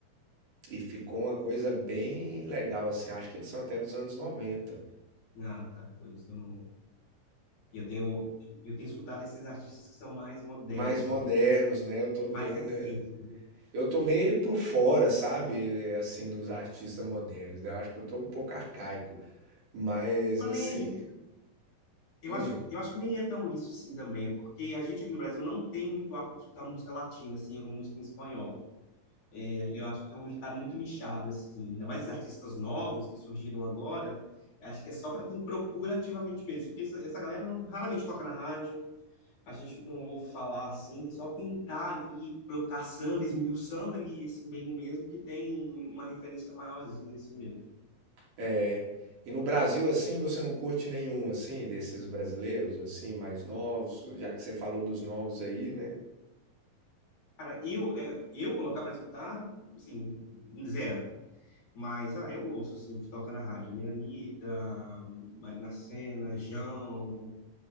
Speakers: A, on the right; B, on the left.
A: E ficou uma coisa bem legal, assim. Acho que eles são até dos anos noventa
B: Ah, tá, por isso que eu não... E Eu tenho, eu tenho escutado esses artistas que são mais modernos,
A: Mais modernos,
B: que eles-
A: né? Eu tô vendo.
B: mais recentes,
A: é.
B: né?
A: Eu tô meio por fora, sabe? é, Assim, dos artistas modernos. né? Eu acho que eu tô um pouco arcaico. Mas,
B: Mas
A: assim.
B: nem é isso. Eu
A: Hum,
B: acho, eu acho que nem é tão isso assim também, é porque a gente aqui no Brasil não tem muito hábito de escutar música latina, assim, ou música em espanhol. É, eu acho que é um mercado muito nichado, assim, ainda mais os artistas novos que surgiram agora, acho que é só para quem procura ativamente mesmo, porque essa, essa galera não- raramente toca na rádio, a gente não ouve falar assim, só quem tá ali pro- caçando, esmiuçando ali esse meio mesmo, que tem uma referência maiorzinha assim mesmo.
A: é. E no Brasil, assim, você não curte nenhum, assim, desses brasileiros, assim, mais novos? Já que você falou dos novos aí, né?
B: Cara, eu, é, eu colocar para escutar, assim, zero. Mas, ah, eu ouço, assim, o que toca na rádio, né? Anitta, Marina Sena, Jão,